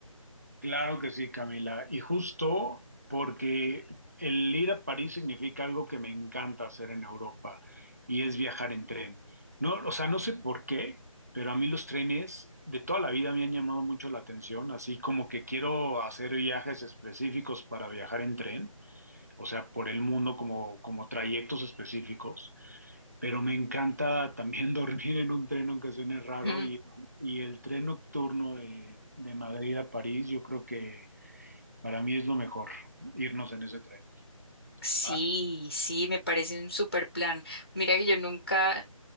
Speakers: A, on the right; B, on the left.
A: Claro que sí, Camila. Y justo porque el ir a París significa algo que me encanta hacer en Europa y es viajar en tren. No, o sea, no sé por qué, pero a mí los trenes de toda la vida me han llamado mucho la atención, así como que quiero hacer viajes específicos para viajar en tren, o sea, por el mundo como, como trayectos específicos. pero me encanta también <laughs> dormir en un tren, aunque suene raro,
B: Mm,
A: y, y el tren nocturno de, de Madrid a París, yo creo que para mí es lo mejor, irnos en ese tren,
B: Sí,
A: ¿va?
B: sí, me parece un super plan. Mira que yo nunca,